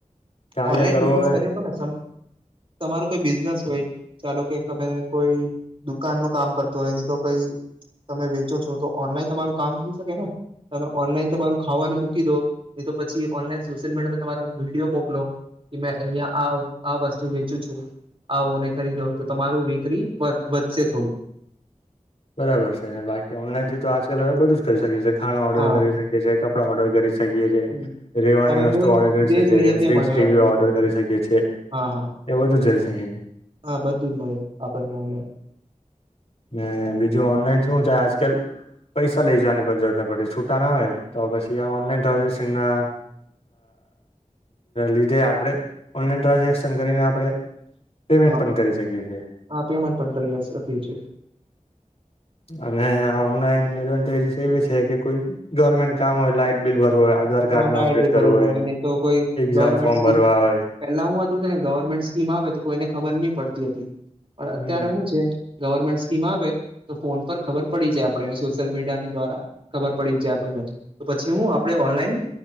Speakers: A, on the left; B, on the right.
A: કાર્ય
B: ઓનલાઈન
A: કરવો
B: બિઝનેસ
A: હોય
B: કરીએ તો ને સમ તમારું કોઈ બિઝનેસ હોય ચાલો કે તમે કોઈ દુકાન નું કામ કરતો હોય તો કોઈ તમે વેચો છો તો ઓનલાઈન તમારું કામ હોય શકે ને તમે ઓનલાઈન તમા મારું ખવાનું મ મ દો પછી ઓનલાઈન સોશિયલ મીડિયામાં તમારો વિડીયો મોકલો કે મે અહીિયાંયા આ વસ્તુ વેચું છું આવોને ખરીદો તો તમારું વકરી વધશે થોડુંક
A: બરાબર છેને બાકી ઓનલાઈન થી તો આજકાલ હવે બધું જ કરી શક્યું છે ખાણ ઓર્ડર
B: હા
A: કરી શકીએીએ આપ ઓર્ડર કરી છે
B: હમ
A: રેવાની
B: તમે
A: વસ્તુ
B: જો
A: ઓર્ડર કરી
B: જે
A: શ
B: જોઈએ તે
A: ફ્રીજ
B: મળે
A: ટીવી
B: છે ઓનલાઈન
A: ઓર્ડર
B: તો
A: કરી શકીી
B: હા હા
A: એ બધું જઈ શ
B: હા બધું જ મળે આપણને ઓનલાઈન
A: અને બીજું ઓનલાઈન શું થાય આજકાલ પૈસા લઈ જવાની પણ જરૂરત પડતી છૂટા ના હોય તો પછી આ ઓનલાઈન ટ્રાન્ઝેક્શન ના લીધે આપણે ઓનલાઈન ટ્રાન્ઝેક્શન કરીને આપણે પેમેન્ટ
B: હા
A: પણ
B: હા
A: કરી શકીએ છીએ
B: હા પેમેન્ટ પણ કરીએ છીએ
A: અને ઓનલાઈનડવાસ એી છે કે કોઈ ગવર્મેન્ટ કામ હોય લાાઈટ બિલ ભરવું હોય આધાર
B: હા
A: કાર્ડમાં
B: ના
A: અપડેટ કરવું
B: ઘરવું
A: હોય
B: ન નહી તો કોઈ
A: એક્ઝામ
B: ગવર્મેન્ટ
A: ફોર્મ
B: સ્કીમ
A: ભરવા આવે
B: પેલા હું ને ગવર્મેન્ટ સ્કીમ આવે તો કોઈ એને ખબર નહી પડતી હતી પણ અત્યારે
A: હમ
B: હું છે ગવર્મેન્ટ સ્કીમ આવે તો ફોન પર ખબર પડી જાય આપને સોશિયલ મીડિયાની દ્વારા ખબર પડી જ જાય આપને તો પછી હું આપણે ઓનલાઈન